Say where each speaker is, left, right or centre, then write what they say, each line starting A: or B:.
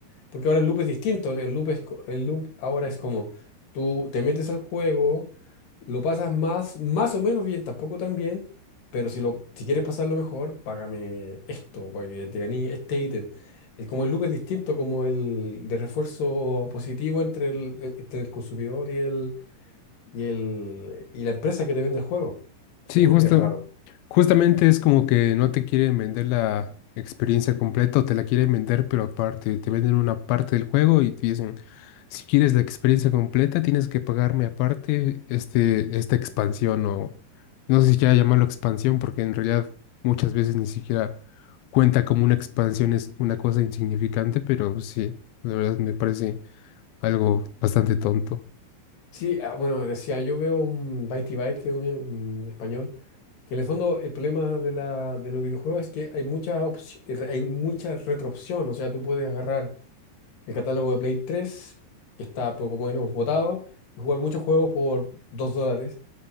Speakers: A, on the left (about 60°); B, on the left (about 85°).
A: Porque ahora el loop es distinto. El loop, es co- el loop ahora es como tú te metes al juego, lo pasas más, más o menos bien, tampoco tan bien, pero si, lo, si quieres pasarlo mejor, págame esto, porque te gané este ítem. Es como el loop es distinto, como el de refuerzo positivo entre el, el- entre el consumidor y, el, y, el, y la empresa que te vende el juego. O
B: Sí,
A: sea, es
B: justo,
A: raro.
B: justamente es como que no te quieren vender la experiencia completa o te la quieren vender, pero aparte, te venden una parte del juego y te dicen, si quieres la experiencia completa, tienes que pagarme aparte este, esta expansión o no sé si quiera llamarlo expansión, porque en realidad muchas veces ni siquiera cuenta como una expansión, es una cosa insignificante, pero sí, la verdad me parece algo bastante tonto.
A: Sí, ah, bueno, decía, yo veo un Bytey Byte, que es un un español Que en el fondo el problema de, la, de los videojuegos es que hay mucha opci- re- hay mucha retroopción. O sea, tú puedes agarrar el catálogo de Play 3, que está poco menos votado, y jugar muchos juegos por 2 dólares.